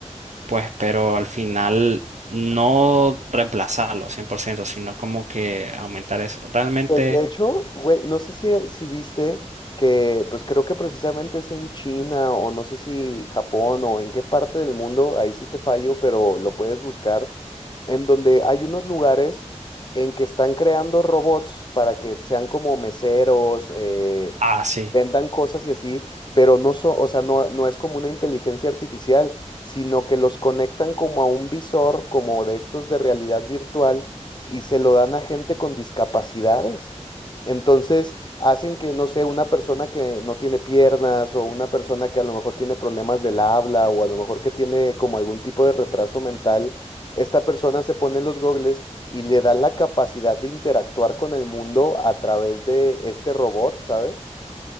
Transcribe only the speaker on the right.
pues, pero al final no reemplazarlo 100% sino como que aumentar eso. Realmente,
ah, sí,